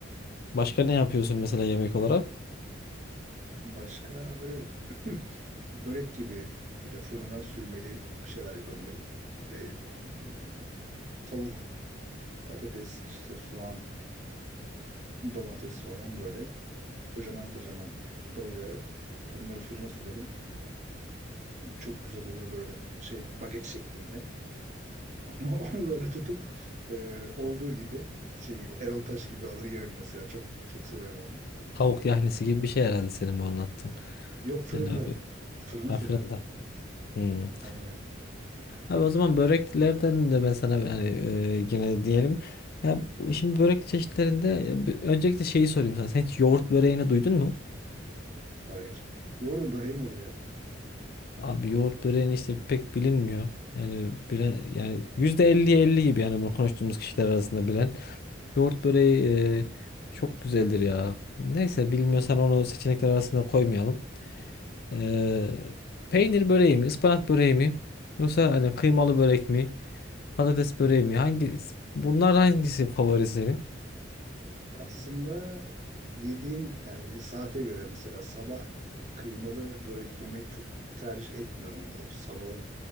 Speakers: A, on the left; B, on the right.
A: başka ne yapıyorsun mesela yemek olarak?
B: Başka böyle <clears throat> börek gibi böyle fırına sürmeli bir şeyler yapabilirim. Ve e, tavuk, patates, işte soğan, domates falan böyle kocaman kocaman doğrayarak onları fırına sürerim. Çok güzel olur böyle şey baget şeklinde. <laughs> Onu, onu böyle tutup e, olduğu gibi şey gibi Erol Taş gibi alır yerim mesela. Çok çok severim onu.
A: Tavuk yahnisi gibi bir şey herhalde senin bu anlattığın.
B: Yok fırında.
A: Yani abi
B: Fırına
A: aferin
B: sürerim onu.
A: de. Hmm.
B: Aynen.
A: Abi o zaman böreklerden de ben sana yani e, yine diyelim. Ya, bu- şimdi börek çeşitlerinde e, bir- öncelikle şeyi sorayım sana. Sen hiç yoğurt böreğini duydun mu?
B: Hayır. Yoğurdu böreğim olur ya.
A: Abi yoğurt böreğini işte pek bilinmiyor. Yani bire, yani %50'ye 50 gibi yani bunu konuştuğumuz kişiler arasında bilen. Yoğurt böreği e, çok güzeldir ya. Neyse bilmiyorsan onu seçenekler arasında koymayalım. Ee, peynir böreği mi, ıspanak böreği mi? Yoksa hani kıymalı börek mi? Patates böreği mi? Hangi bunlar hangisi favori senin?
B: Aslında yediğim yani e, saate göre mesela sabah kıymalı börek yemek çok tercih etmiyorum o sabahın